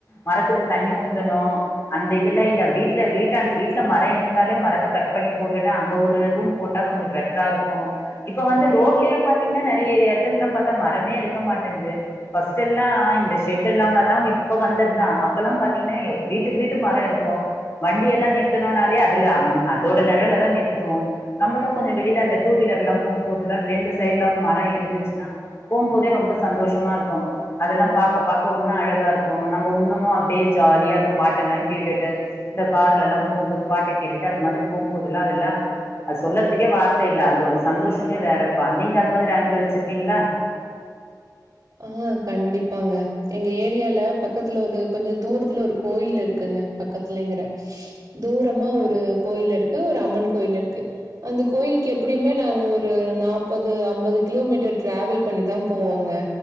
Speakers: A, on the left (about 35°); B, on the right (about 50°).
A: மரத்துக்கு தண்ணி ஊத்தணு அந்த இதல்லஇல்ல வீட்ல வீட்ட வீட்ல மர இருந்தாலே மரத் த்த கட் பண்ணி போட்டுட்டு அங்க ஒரு ரூம் போட்டா கொஞ்ச பெட்ரா இருக்கும் இப்ப வந்து ரோட்லே பாத்தீங்னா நெறைய எடத்துலல்லா பாத்தா மரமே இருக்க மாட்டேங்து ஃபஸ்ட் எல்லா இந்த ஷெட் எல்லாமேதா இப்ப வந்தத்தா அப்ப எல்லாம் பாத்தீங்னா வீட்டுக்கு வீட்டுக் மரொ இருக்கு வண்டி எல்லா நிறத்தணுனாலே அதுல அதோட நெழல்தா நிறுத்துவோ நம்மளும் கொஞ்ச வெளியில அந்த டூ வீலர் எல்லா போகும்போதுல்லா ரெண்டு சைடுலா மர இருந்துச்சுன்னா போம்போதே ரொம்ப சந்தோஷமா இருக்கும் அதெல்லா பாக்கபாக்க உன்னு அழகாருக்கு நம்மோ இன்னமு அப்டியே ஜாலியா அந்த பாட்டெல்லா கேட்டுட்டு இந்த கார்லல்லா போம்போது பாட்ட கேட்டுட்டு அது மாதிரி போகும் போதல்ல அதுல்லா அது சொல்லத்துக்கே வார்த்த இல்ல அந்தோட சந்தோஷமே வேறப்பா நீங்க அது மாதிரி அனுபவிச்சிருக்கீங்ளா
B: ஆ கண்டிப்பாங்க எங்க ஏரியால பக்கத்துல ஒரு கொஞ்ச தூரத்துல ஒரு கோயில் இருக்குங்க பக்கத்துலேங்கிறே தூரமா ஒரு கோயில் இருக்கு ஒரு அம்மன் கோயில் இருக்கு ப அந்த கோயிலுக்கு எப்படியுமே நாங்க ஒரு நாப்பது அம்பது கிலோமீட்டர் ட்ராவல் பண்ணிதா போவோங்க